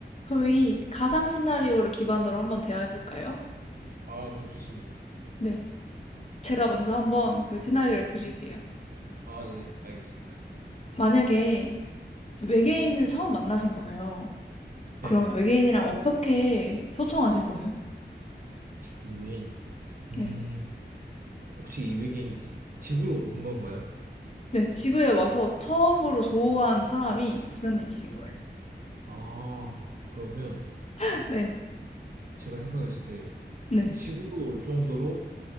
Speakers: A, on the left; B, on the right.
A: 저희 가상 시나리오를 기반으로 한번 대화해 볼까요?
B: 아, 너무 좋습니다.
A: 네. 제가 먼저
B: 그럼-
A: 한번 그 시나리오를 드릴게요.
B: 아, 네네, 알겠습니다.
A: 만약에 외계인을 처음 만나신 거예요. 그러면
B: 네,
A: 외계인이랑 어떻게 소통하실 거예요?
B: 외계인. 음,
A: 네.
B: 혹시 이 외계인이 지- 지구로 오는 건가요?
A: 네. 지구에 와서 처음으로 조우한 사람이 진아님이신 거예요.
B: 아, 그러면
A: <laughs> 네.
B: 제가 생각했을 때
A: 네.
B: 지구로 올 정도로